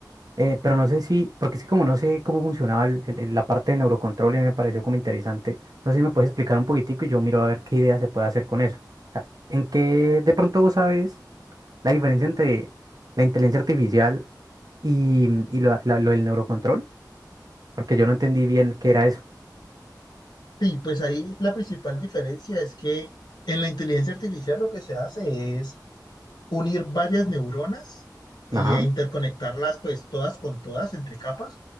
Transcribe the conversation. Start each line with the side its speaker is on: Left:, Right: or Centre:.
Right: Eh, pero no sé si, porque es que como no sé cómo funcionaba el- el- el- la parte de neurocontrol y me pareció como interesante, no sé si me puedes explicar un poquitico y yo miro a ver qué idea se puede hacer con eso. O sea, ¿en qué de pronto vos sabes la diferencia entre la inteligencia artificial y, y lo, la- lo del neurocontrol? Porque yo no entendí bien qué era eso.
Left: Sí, pues ahí la principal diferencia es que en la inteligencia artificial lo que se hace es unir varias neuronas y-
Right: Ajá,
Left: e interconectarlas pues todas con todas entre capas,